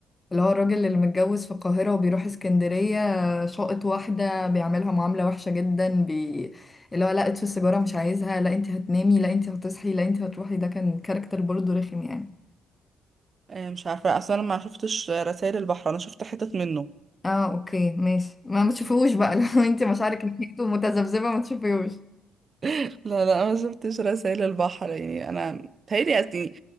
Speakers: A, on the left; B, on the right.
A: اللي هو الراجل اللي متجوز في القاهرة وبيروح اسكندرية شاقط واحدة بيعملها معاملة وحشة جدا بي... اللي هو لا اطفي السيجارة مش عايزها لا انت هتنامي لا انت هتصحي لا انت هتروحي ده كان كاركتر برضه رخم يعني
B: <laughs> آه، مش عارفه اصلا انا ما شفتش رسائل البحر انا شفت حتت منه
A: اه اوكي ماشي ما ما تشوفيهوش بقى <laughs> لو انت مشاعرك ناحيته متذبذبة ما تشوفيهوش
B: لا لا انا ما شفتش رسائل البحر يعني انا تهيألي يعني